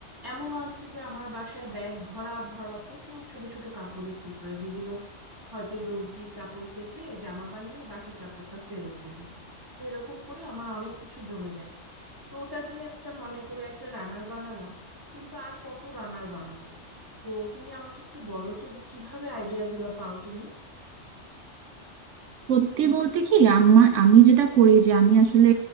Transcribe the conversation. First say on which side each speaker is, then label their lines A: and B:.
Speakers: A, on the right; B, on the right.
A: এমনও আছে যে আমার বাসায় ব্যাগ ভরা ভরা প্রচুর ছোট ছোট কাপড়ের টুকরা যেগুলো হয়তো দর্জি কাপড় কেটে জামা বানিয়ে বাকি কাপড়টা ফেরত দিল তো এরকম করে আমার অনেক কিছু জমে যায় তো ওটা দিয়ে একটা মনে করে একটা রানার বানালাম কিন্তু আর কত রানার বানাবো তো তুমি আমাকে একটু বলো তো যে কিভাবে আইডিয়া গুলা পাও তুমি
B: সত্যি বলতে কি আমার আমি যেটা করি যে আমি আসলে